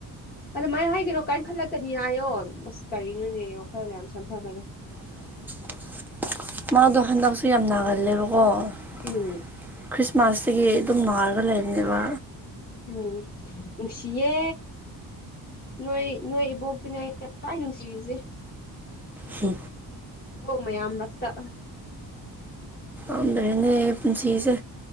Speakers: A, on the left; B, in the centre.
A: ꯑꯗꯨ ꯃꯥꯏꯅ ꯍꯥꯏꯗꯣꯏꯅꯣ ꯀꯥꯏꯈꯠꯂꯛꯇꯅꯤ ꯍꯥꯏꯌꯣ ꯑꯁ ꯀꯔꯤꯅꯣꯅꯦ ꯋꯥꯈꯜ ꯌꯥꯝ ꯆꯪꯊꯈꯔꯦ
B: <unintelligible> ꯃꯥꯗꯣ ꯍꯟꯗꯛꯁꯨ ꯌꯥꯝ ꯅꯥꯒꯜꯂꯦꯕꯀꯣꯔꯤ
A: ꯎꯝ
B: ꯃꯥꯔꯁꯇꯒꯤ ꯑꯗꯨꯝ ꯅꯥꯔꯒ ꯂꯩꯕꯅꯦꯕ
A: ꯎꯝ ꯅꯨꯡꯁꯤꯌꯦ ꯅꯣꯏ ꯅꯣꯏ ꯏꯕꯣꯛꯇꯅꯦ ꯌꯥꯝꯋꯥꯏ ꯅꯨꯡꯁꯤꯔꯤꯁꯦ
B: ꯍ
A: ꯏꯕꯣ ꯃꯌꯥꯝ ꯃꯔꯛꯇ
B: ꯑꯗꯅꯤ ꯄꯨꯟꯁꯤꯁꯦ